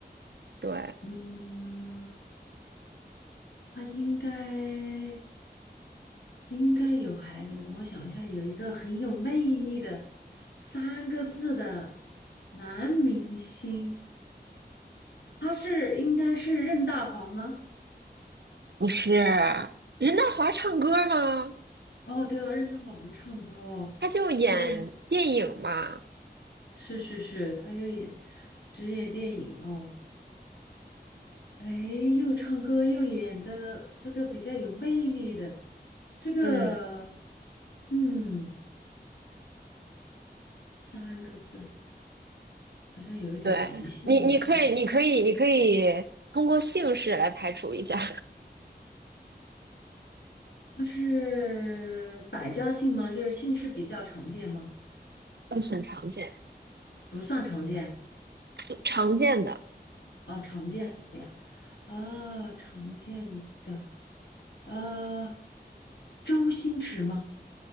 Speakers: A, on the right; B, on the left.
A: 对，
B: 嗯，他应该应该有孩子。等我想一下，有一个很有魅力的三个字的男明星，他是应该是任大华吗？
A: 不是，任达华唱歌吗？
B: 哦，对啊，任大华不唱歌哦，
A: 他就演电影嘛。
B: 对，是是是，他又演只演电影哦，哎，又唱歌又演的这个比较有魅力的这个。
A: 嗯，
B: 嗯，三个字好像有一点极限呢。
A: 对，你，你可以，
B: 有
A: 你可以，你可以通过姓氏来排除一下，
B: 它是百家姓吗？就是姓氏比较常见吗？
A: <laughs> 都很常见，
B: 不算常见
A: 是常见的。
B: 啊，常见的呀。啊，常见的。啊，周星驰吗？